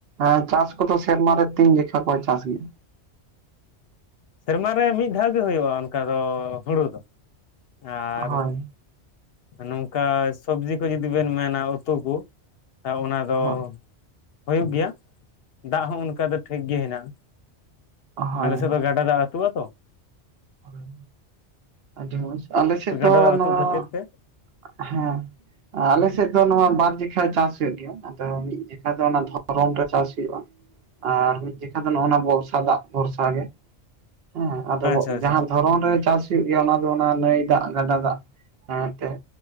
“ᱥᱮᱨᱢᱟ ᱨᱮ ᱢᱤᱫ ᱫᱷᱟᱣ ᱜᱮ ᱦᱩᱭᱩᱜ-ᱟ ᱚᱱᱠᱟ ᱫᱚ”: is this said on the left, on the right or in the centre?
Left